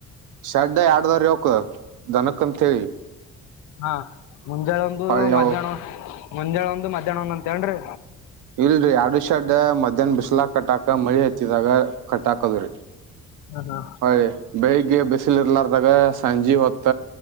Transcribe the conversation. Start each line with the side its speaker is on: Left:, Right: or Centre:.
Right: ಶಡ್ಡ ಯಾಡ್ ಅದವ್ರಿ ಅವುಕ್ ದನಕ್ಕ ಅಂತೇಳಿ.
Left: ಹಾ ಮುಂಜಾಳ ಒಂದು
Right: ಅಯ್ಯವ್
Left: ಮಧ್ಯಾಣ ಮುಂಜಾಳ ಒಂದು ಮಧ್ಯಾಣ ಒಂದಂತ ಏನ್ರೀ.
Right: ಇಲ್ರಿ ಯಾಡು ಷಡ್ ಮಧ್ಯಾಹ್ನ ಬಿಸ್ಲಾಕ್ ಕಟ್ಟಾಕ ಮಳಿ ಹತ್ತಿದಾಗ ಕಟ್ಟಾಕದುರಿ.
Left: ಹ ಹಾ
Right: ಹಯ ಬೆಳಿಗ್ಗೆ ಬಿಸಿಲ್ ಇರ್ಲಾರದಾಗ ಸಂಜಿ ಹೊತ್ತ.